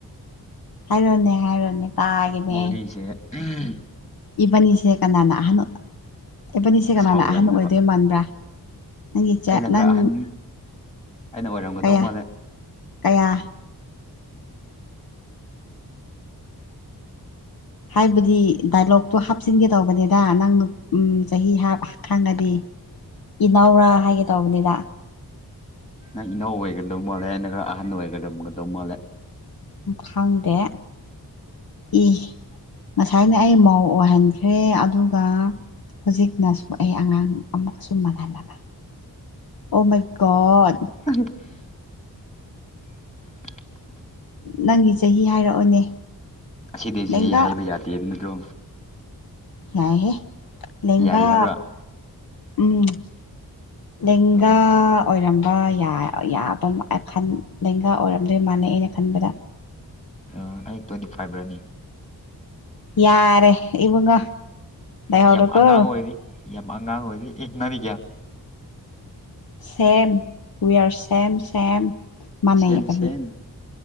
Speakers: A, on the left; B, on the left.
A: ꯍꯥꯏꯔꯣꯅꯦ ꯍꯥꯏꯔꯣꯅꯦ ꯇꯥꯒꯦꯅꯦ
B: ꯋꯥꯔꯤꯖ‌ꯦ ꯑꯝ
A: ꯏꯕꯥꯅꯤꯁꯦ ꯀꯅꯥꯅ ꯑꯍꯟ ꯏꯕꯥꯅꯤꯁꯦ ꯀꯅꯥꯅ
B: ꯁꯥꯎꯒꯟꯗꯕ
A: ꯑꯍꯟ ꯑꯣꯏꯗꯣꯏ ꯃꯥꯟꯕꯔꯥ ꯅꯪꯒꯤ ꯆꯥ
B: ꯑꯩꯅ
A: ꯅꯪ
B: ꯈꯔ ꯑꯍꯟ ꯑꯩꯅ ꯑꯣꯏꯔꯝꯒꯗꯧ
A: ꯀꯌꯥ
B: ꯃꯥꯜꯂꯦ
A: ꯀꯌꯥ ꯍꯥꯏꯕꯗꯤ ꯗꯥꯏꯂꯣꯛꯇꯣ ꯍꯥꯞꯆꯤꯟꯒꯦ ꯇꯧꯕꯅꯦꯗ ꯅꯪ ꯗꯨ ꯎꯝ ꯆꯍꯤ ꯍꯥꯞ ꯈꯪꯉꯗꯤ ꯏꯅꯥꯎꯔꯥ ꯍꯥꯏꯒꯦ ꯇꯧꯕꯅꯤꯗ
B: ꯅꯪ ꯏꯅꯥꯎ ꯑꯣꯏꯒꯗꯧ ꯃꯥꯜꯂꯦ ꯅ ꯈꯔ ꯑꯍꯟ ꯑꯣꯏꯒꯗꯧꯒꯗꯧ ꯃꯥꯜꯂꯦ
A: ꯈꯪꯗꯦ ꯏ ꯉꯁꯥꯏꯅ ꯑꯩ ꯃꯧ ꯑꯣꯏꯍꯟꯈ꯭ꯔꯦ ꯑꯗꯨꯒ ꯍꯧꯖꯤꯛꯅꯁꯨ ꯑꯩ ꯑꯉꯥꯡ ꯑꯃꯨꯛꯀꯁꯨ ꯃꯅꯍꯜꯂꯝꯃꯦ ꯑꯣ ꯃꯥꯏ ꯒꯣꯗ
B: <unintelligible> <inaudible>
A: ꯅꯪꯒꯤ ꯆꯍꯤ ꯍꯥꯏꯔꯛꯑꯣꯅꯦ
B: ꯑꯁꯤꯗꯩ ꯆꯍꯤ
A: ꯂꯦꯡꯒꯥ
B: ꯍꯥꯏꯕ ꯌꯥꯗꯦ ꯑꯗꯨ ꯅꯠꯇ꯭ꯔꯣ
A: ꯌꯥꯏꯍꯦ ꯂ‌ꯦꯡꯒꯥ
B: ꯌꯥꯏ ꯍꯥꯏꯕ꯭ꯔꯥ
A: ꯎꯝ ꯂ‌ꯦꯡꯒꯥ
B: ꯑꯣ
A: ꯑꯣꯏꯔꯝꯕ ꯌ ꯌ ꯌꯥꯕ ꯂꯦꯡꯒꯥ ꯑꯣꯏꯔꯝꯗꯣꯏ ꯃꯥꯜꯂꯦ ꯑꯩꯅ ꯈꯟꯕꯗ
B: ꯑ ꯑꯩ ꯇ꯭ꯋꯦꯟꯇꯤ ꯐꯥꯏꯚ ꯔꯅ‌ꯦ
A: ꯌꯥꯔꯦ ꯏꯕꯨꯡꯉ‌‌ꯣ ꯂꯍꯧꯔ‌ꯣꯀꯣ
B: ꯌꯥꯝ ꯑꯉꯥꯡ ꯑꯣꯏꯔꯤ ꯌꯥꯝ ꯑꯉꯥꯡ ꯑꯣꯏꯔꯤ ꯑ‌ꯦ ꯅꯪꯗꯤ ꯀꯌꯥ
A: ꯁꯦꯝ ꯋꯤꯌꯔ ꯁꯦꯝ ꯁꯦꯝ ꯃꯥꯟꯅꯩ
B: ꯁꯦꯝ
A: ꯍꯥꯏꯕꯅ‌ꯦ
B: ꯁꯦꯝ